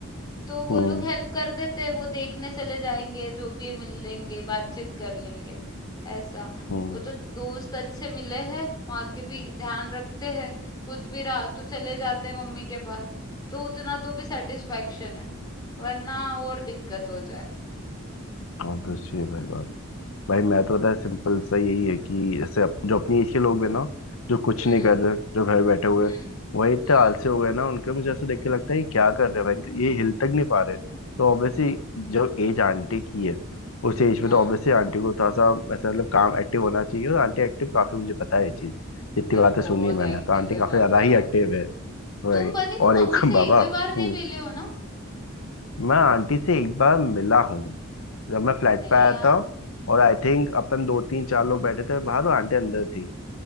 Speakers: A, on the left; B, on the left.
A: तो वो
B: हम्म
A: लोग हेल्प कर देते, हैं, वो देखने चले जाएँगे, जो भी है मिल लेंगे, बातचीत कर लेंगे, ऐसा।
B: हम्म
A: वो तो दोस्त अच्छे मिले हैं, वहाँ के भी ध्यान रखते हैं, कुछ भी रहा तो चले जाते हैं मम्मी के पास। तो उतना तो भी सैटिस्फैक्शन है, वरना और दिक्कत हो जाए।
B: ऑब्वियस सी है भाई बात भाई मैं तो पता है सिंपल सा यही है कि जैसे अप, जो अपनी एज के लोग हैं ना जो कुछ
A: हुँ,
B: नहीं कर रहे जो घर बैठे हुए
A: हुँ,
B: हैं, वही इतने
A: हुँ,
B: आलसी हो गए ना उनके मुझे ऐसा देख के लगता है ये क्या कर रहे हैं भाई ये हिल तक नहीं पा रहे तो ऑब्वियसली जो एज आंटी की है उस एज
A: हाँ।
B: में तो ऑब्वियसली आंटी को थोड़ा सा ऐसा मतलब काम एक्टिव होना चाहिए और आंटी एक्टिव काफी मुझे पता है ये चीज जितनी
A: अरे
B: बातें
A: बहुत
B: सुनी है मैंने
A: एक्टिव
B: तो आंटी
A: है
B: काफी
A: बाबा।
B: ज्यादा ही एक्टिव है भाई
A: तुम बनी तुम
B: और
A: मम्मी
B: एक <laughs>
A: से
B: बाबा
A: एक भी बार नहीं
B: हूँ
A: मिले हो ना?
B: मैं आंटी से एक बार मिला हूँ जब मैं फ्लैट
A: नहीं
B: पे आया
A: यार,
B: था और आई थिंक अपन दो तीन चार लोग बैठे थे बाहर और आंटी अंदर थी